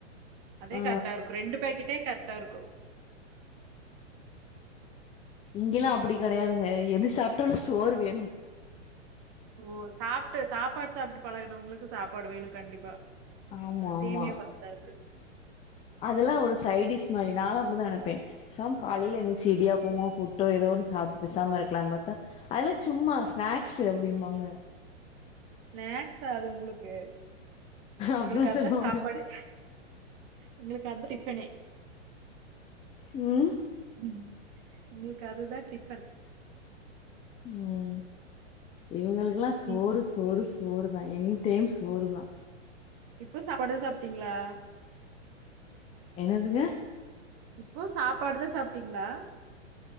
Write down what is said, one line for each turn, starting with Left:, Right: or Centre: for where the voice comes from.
Right: அதே
Left: ஆ
Right: கரெட்டா இருக்கும் ரெண்டு பேக்கெட்டே கரெட்டா இருக்கும்
Left: இங்கெல்லாம் அப்டி கிடையாதுங்க எது சாப்ட்டாலு சோறு வேணும்
Right: ஓ சாப்ட்டு சாப்பாடு சாப்ட்டு பழகனவங்களுக்கு சாப்பாடு வேணு கண்டிப்பா
Left: ஆமா
Right: அ
Left: ஆமா
Right: சேமியா பத்தாது
Left: அதெல்லா ஒரு சைடிஸ் மாரி நால்லா அப்டிதா நெனப்பே பேசாம காலைல எந்திச்சு இடியாப்பமா போட் ட்டோ ஏதோன்னு சாப்ட் பெசாம இருக்கலான் பாத்தா அதெல்லா சும்மா ஸ்நாக்ஸ்சு அப்டிம்பாங்க
Right: ஸ்நாக்ஸ்சா அது உங்களுக்கு
Left: அப்டிதா
Right: எங்களுக்கு அதான்
Left: சொல்லுவாங்க
Right: சாப்பாடே எங்களுக்கு அதான் டிஃபனே
Left: ம்
Right: ம் எங்களுக்கு அதுதா டிஃபன்
Left: ம் இவுங்கல்கெலா சோறு
Right: நீ
Left: சோறு சோறு தா எனிடைம் சோறு தா
Right: இப்ப சாப்பாடுதா சாப்ட்டீங்ளா
Left: என்னதுங்க
Right: இப்பவு சாப்பாடுதா சாப்ட்டீங்களா